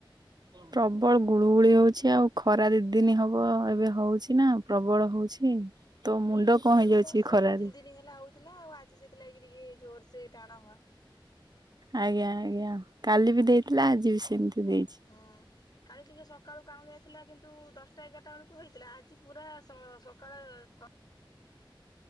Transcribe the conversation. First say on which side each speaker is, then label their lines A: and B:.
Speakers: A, on the right (about 50°); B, on the left (about 50°).
A: ପ୍ରବଳ ଗୁଳୁଗୁଳି ହଉଛି ଆଉ ଖରା ଦି ଦିନି ହବ ଏବେ ହଉଛି ନା ପ୍ରବ ପ୍ରର୍ବଳ ହଉଛି। ତ ମୁଣ୍ଡ
B: ଏଇ ଝିପିଝିପି
A: କଣ ହେଇଯାଉଛି
B: ବର୍ଷା
A: ଖରାରେ
B: ଦୁଇ ତିନି ଦିନ ହେଲା ହଉଥିଲା ଆଉ ଆଜି ସେଥିଲାଗି ଟିକେ ଜୋର୍ ସେ ଟାଣ ହ
A: ଆଜ୍ଞା-ଆଜ୍ଞା କାଲି ବି ଦେଇଥିଲା ଆଜି ବି ସେମିତି। ଦେଇଛି
B: ହୁଁ କାଲି ଟିକେ ସକାଳୁ କାଉଁଡି ଆସଥିଲା କିନ୍ତୁ ଦଶଟା ଏଗାର ଟା ବେଳକୁ ହେଇଥିଲା ଆଜି ପୁରା ସ ସକାଳ ସ